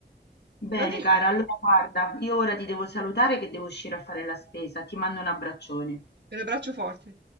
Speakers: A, on the left; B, on the right.
A: Bene,
B: Va bene,
A: cara, allora guarda, io ora ti devo salutare che devo uscire a fare la spesa. Ti mando un abbraccione.
B: te l'abbraccio forte.